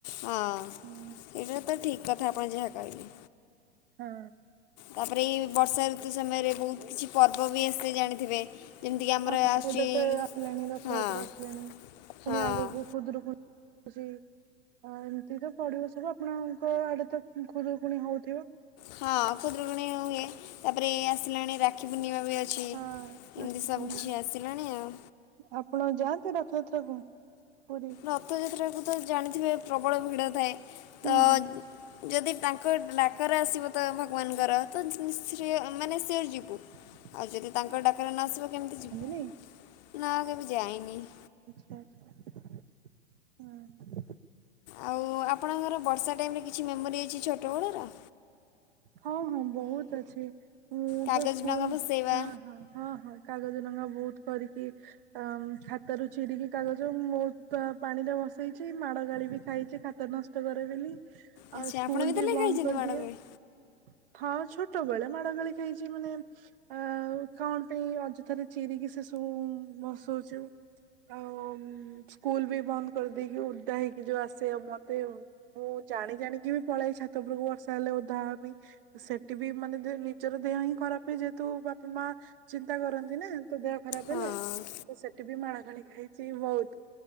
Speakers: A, on the left (about 40°); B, on the right (about 55°).
A: ହଁ
B: ହୁଁ
A: ଏଇଟା ତ ଠିକ୍ କଥା ଆପଣ ଯାହା କହିଲେ।
B: ହଁ।
A: ତାପରେ ଇଏ ବର୍ଷା ଋତୁ ସମୟରେ ବହୁତ୍ କିଛି ପର୍ବ ବି ଆସେ ଜାଣିଥିବେ। ଯେମିତିକି ଆମର
B: ହଁ ହଁ
A: ଆସୁଛି
B: ଏବେ ତ ଆସିଲାଣି ରଥଯାତ୍ରା
A: ହଁ
B: ଆସିଲାଣି ପୁଣି
A: ହଁ।
B: ଆଗକୁ ଖୁଦୁରୁକୁଣୀ। <inaudible> ଅ- ଏମିତି ତ ପଡିବ ସବୁ -ଆପଣଙ୍କ ଆଡେ ତ ଖୁଦୁରୁକୁୁଣି ହଉଥିବ?
A: ହଁ ଖୁଦୁରୁକୁଣୀ ହୁଏ ତାପରେ ଇଏ ଆସିଲାଣି ରାକ୍ଷୀ ପୂର୍ଣ୍ଣିମା ବି ଅ ଛି
B: ହଁ ରାକ୍ଷୀ
A: ଏମତି ସବୁ
B: ପୂର୍ଣ୍ଣିମା
A: କିଛି ଆସିଲାଣି ଆଉ।
B: ଆପଣ ଯାଆନ୍ତି ରଥଯାତ୍ରା କୁ ପୁରୀ?
A: ରଥଯାତ୍ରାକୁ ତ ଜାଣିଥିବେ ପ୍ରବଳ ଭିଡ଼ ଥାଏ
B: ହୁଁ
A: ତ
B: ହୁଁ
A: ଯଦି ତାଙ୍କ ଡାକରା ଆସିବ ତ ଭଗବାନଙ୍କର ତ ସି <unintelligible> ମାନେ ସିଓର୍ ଯିବୁ।
B: ଁ
A: ଆଉ ଯଦି ତାଙ୍କ ଡାକରା ନ ଆସିବ କେମିତି ଯିବୁ।
B: ନାଇଁ
A: <inaudible>
B: <inaudible>
A: ଆଉ ଆପଣଙ୍କର ବର୍ଷା ଟାଇମ୍ ରେ କିଛି ମେମୋରି ଅଛି ଛୋଟ ବେଳର?
B: ହଁ -ହଁ ବହୁତ୍ ଅଛି ମୁଁ
A: କାଗଜ
B: ତ ସ୍କୁଲ୍
A: ଡଙ୍ଗା ଭସେଇବା।
B: ହ -ହ -ହଁ -ହଁ। କାଗଜ ଡଙ୍ଗା ବହୁତ୍ କରିକି ଅମ୍- ଖାତାରୁ ଚିରିକି କାଗଜ <unintelligible> ବହୁତ୍ ପା- ପାଣି ରେ ଭସେଇଚି ମାଡ ଗାଳି ବି ଖାଇଚି ଖାତା ନଷ୍ଟ୍ <unintelligible>
A: ଆଚ୍ଛା
B: ଆଉ ସ୍କୁଲ୍
A: ଆପଣ ତାହେଲେ
B: ବି ବନ୍ଦ୍
A: ଖାଇଛନ୍ତି
B: କରିଦିଏ।
A: ମାଡ଼ ଗୋଳି?
B: ହଁ ଛୋଟବେଳେ ମାଡ ଗାଳି ଖାଇଚି ମାନେ ଆ- କଣ ପାଇଁ ଅଯଥାରେ ଚିରିକି ସେ ସବୁ ବସଉଚୁ। ଆଉ ସ୍କୁଲ୍ ବି ବନ୍ଦ କରିଦେଇକି ଉଦା ହେଇକି ଯଉ ଆସେ ଆଉ ମତେ ମୁଁ ଜାଣି ଜାଣିକି ବି ପଳେଇ ଛାତ ଉପୁରକୁ ବର୍ଷା ହେଲେ ଓଦା ହବା ପାଇଁ। ସେଠି ବି ମାନେ ନିଜର ଦେହ ହିଁ ଖରାପ <unintelligible> ଯେହେତୁ ବାପା ମା ଚିନ୍ତା କରନ୍ତି ନା ତୋ ଦେହ ଖରାପ
A: ହଁ।
B: ହେଲେ ତ ସେଠି ବି ମାଡ ଖାଳି ଖାଇଚି ବହୁତ୍।